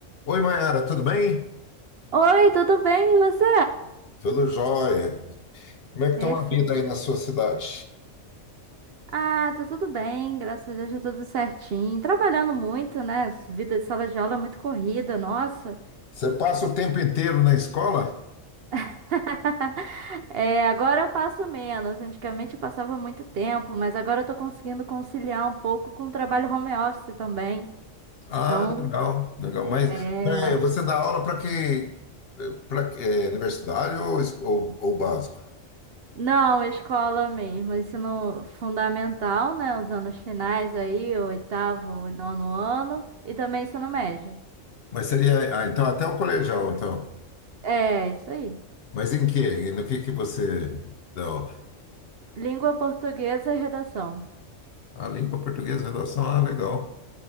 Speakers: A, on the left; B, on the right.
A: Oi, Mayara, tudo bem?
B: Oi, tudo bem? E você?
A: Tudo jóia. Como é que estão
B: Perfeito.
A: a vida aí na sua cidade?
B: Ah, tá tudo bem, graças a Deus, tá tudo certinho. Trabalhando muito, né? Vida de sala de aula é muito corrida, nossa.
A: Você passa o tempo inteiro na escola?
B: <laughs> É, agora eu passo menos. Antigamente eu passava muito tempo, mas agora eu tô conseguindo conciliar um pouco com o trabalho home office também.
A: Ah,
B: Então,
A: legal, legal. Mas
B: é.
A: é, você dá aula para que, para universidade ou, es- ou, ou básico?
B: Não, escola mesmo, ensino fundamental, né? Os anos finais aí, o oitavo e nono ano, e também ensino médio.
A: Mas seria, ah, então até o colegial, então.
B: É, isso aí.
A: Mas em quê? E No que que você dá aula?
B: Língua portuguesa e redação.
A: A língua portuguesa, redação, ah, legal.